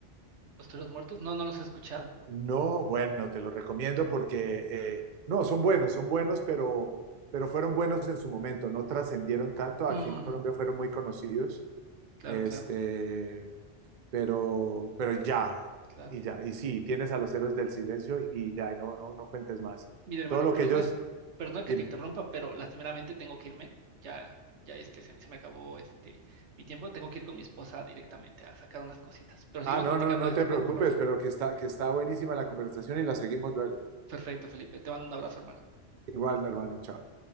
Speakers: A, on the right; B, on the right.
A: los toros muertos, no, no los he escuchado.
B: No, bueno, te lo recomiendo porque, eh, no, son buenos, son buenos, pero, pero fueron buenos en su momento, no trascendieron tanto, aquí
A: Mm,
B: en Colombia fueron muy conocidos,
A: claro,
B: este,
A: claro,
B: pero, pero ya,
A: claro.
B: y ya, y sí, tienes a los héroes del silencio y ya, y no, no, no cuentes más.
A: Mira, hermano,
B: Todo lo
A: perdona,
B: que ellos,
A: perdona que
B: dime.
A: te interrumpa, pero lastimeramente tengo que irme. Ya, ya este, se, se me acabó este mi tiempo. Tengo que ir con mi esposa directamente a sacar unas cositas. Pero seguimos
B: Ah, no,
A: platicando
B: no, no
A: de esto,
B: te
A: ¿no
B: preocupes,
A: te parece?
B: pero que está, que está buenísima la conversación y la seguimos luego.
A: Perfecto, Felipe. Te mando un abrazo, hermano.
B: Igual, hermano, chao.